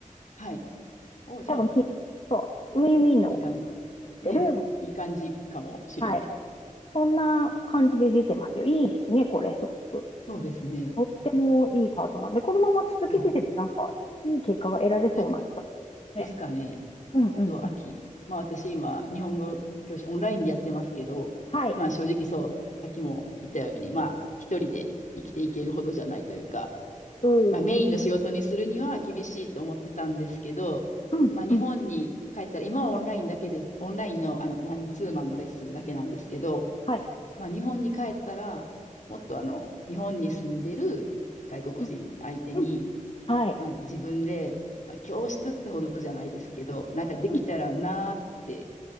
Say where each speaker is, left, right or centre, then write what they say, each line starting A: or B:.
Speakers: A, on the left; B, on the left.
A: はい。お、じゃあ、
B: 多分き、そう、ウィンウィンの感じてるみたい
A: いい感じ。ね、いい感じかもしれない。
B: な。はい。そんな感じで出てますよ。いいですね、これ、すごく。
A: そうですね。
B: とってもいいカードなんで、このまま続けててもなんか、
A: そ
B: いい結果が得られそうな気がしますね。
A: う。なんか、ですかね。
B: うんうんうん。
A: と、秋。まあ私今、日本語教師オンラインでやってますけど、
B: はい。
A: まあ正直そう、さっきも言ったように、まあ一人で生きていけるほどじゃないというか、
B: うん。
A: まあメインの仕事にするには厳しいと思ってたんですけど、
B: うんうん。
A: まあ日本に帰ったら、今はオンラインだけで、オンラインのあのマンツーマンのレッスンだけなんですけど、
B: はい。
A: まあ日本に帰ったら、もっとあの、日本に住んでる外国人相手に、
B: うんうん。はい。
A: まあ、自分で、まあ、教室ってほどじゃないですけど、なんかできたらなーって
B: うん。